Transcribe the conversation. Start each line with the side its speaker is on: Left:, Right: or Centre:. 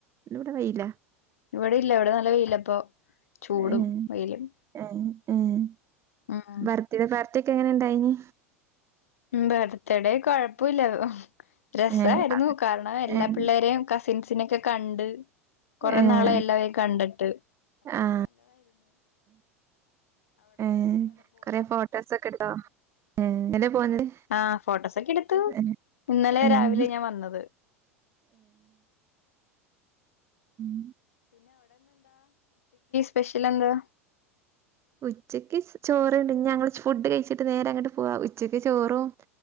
Right: ഇന്ന് ഇവടെ വെയിലാ
Left: ഇവിടെ ഇല്ല. ഇവിടെ നല്ല വെയിലാപ്പോ. ചൂടും
Right: ഏഹ്
Left: വെയിലും.
Right: ഏഹ് ഏഹ്
Left: ഉം
Right: ബർത്ത്ഡേ പാർ ട്ടിയൊക്കെ എങ്ങനെ ഇണ്ടായിനി?
Left: ബർത്ത്ഡേ കൊഴപ്പൂല്ല. രസായിരുന്നു
Right: ഏഹ്
Left: കാരണം എല്ലാ
Right: ഏഹ്
Left: പിള്ളേരേം കസിൻ സിനെയൊക്കെ കണ്ട് കൊറെ
Right: ഏഹ്
Left: നാളായി എല്ലാവരേം കണ്ടിട്ട്
Right: ആഹ് ഏഹ് കൊറെ ഫോട്ടോസൊക്കെ എടുത്തോ ഏഹ് എങ്ങട്ടേ പോന്നത്
Left: ആ ഫോട്ടോസൊക്കെ എടുത്തു.
Right: ഏഹ്
Left: ഇന്നലെ
Right: ഏഹ്
Left: രാവിലെ ഞാൻ വന്നത്.
Right: ഉം
Left: പെഷ്യൽ എന്താ
Right: ഉച്ചക്ക് ചോറുണ്ട് ഞങ്ങള് ഫുഡ് കഴിച്ചിട്ട് നേരെ അങ്ങട്ട് പോവാ ഉച്ചക്ക് ചോറും